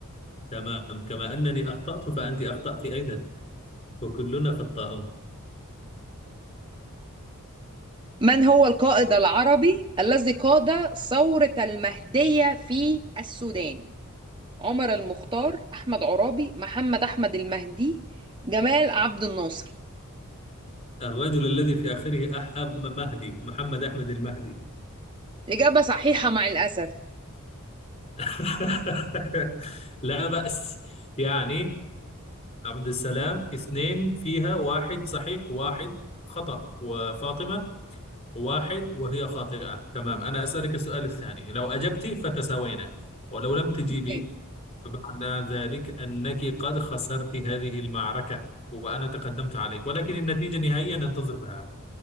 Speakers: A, on the left (about 35°); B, on the right (about 20°).
A: تمام كما أنني أخطأت فأنت أخطأت أيضا وكلنا خطاؤون
B: من هو القائد العربي الذي قاد ثورة المهدية في السودان عمر المختار أحمد عرابي محمد أحمد المهدي جمال عبد الناصر
A: الرجل الذي في آخره أح... مهدي محمد أحمد المهدي
B: إجابة صحيحة مع الأسف
A: <laughs> لا بأس يعني عبد السلام اثنين فيها واحد صحيح واحد خطأ وفاطمة واحد وهي خاطئة تمام أنا أسألك السؤال الثاني لو أجبتي فتساوينا ولو لم تجيبي
B: أوكي،
A: فمعنى ذلك أنك قد خسرت هذه المعركة وأنا تقدمت عليك ولكن النتيجة نهائيا ننتظر لها